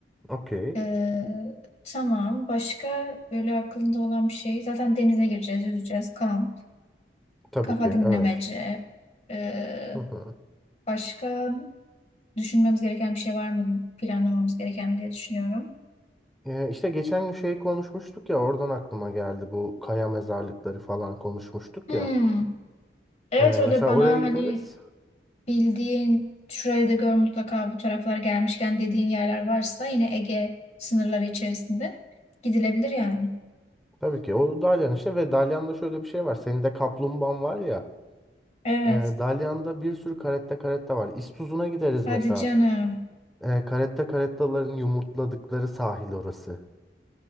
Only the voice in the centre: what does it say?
Okey.
Tabii
ki
evet.
Hı hı.
Ee, işte geçen gün şey konuşmuştuk ya oradan aklıma geldi bu kaya mezarlıkları falan konuşmuştuk
ya.
Ee, mesela
oraya
gideriz.
Tabii ki o Dalyan işte ve Dalyan'da şöyle bir şey var. Senin de kaplumbağan var ya.
E, Dalyan'da bir sürü caretta caretta var. İstuzun'a gideriz
mesela.
E, caretta carettaların yumurtladıkları sahil orası.